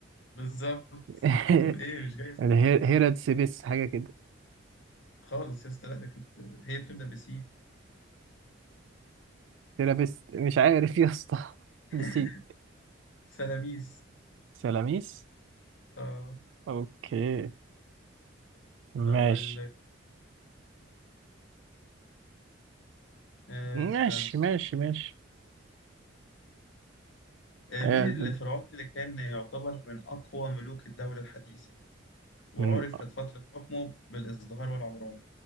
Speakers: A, on the left; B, on the right.
A: بالظبط
B: <laughs>
A: طب إيه مش جاي
B: هيراتسبس حاجه كده
A: خالص يا اسطى لا ده كانت هي بتبدأ بسين
B: تيرابيست مش عارف يا اسطى <laughs>
A: <laughs>
B: نسيت
A: سلاميس
B: سلاميس
A: اه
B: اوكي ماشي
A: أقول لك آه،
B: ماشي
A: استنى
B: ماشي ماشي
A: آه،
B: آه،
A: مين الفرعون اللي كان يعتبر من أقوى ملوك الدولة الحديثة وعرفت
B: من
A: فترة حكمه بالازدهار والعمران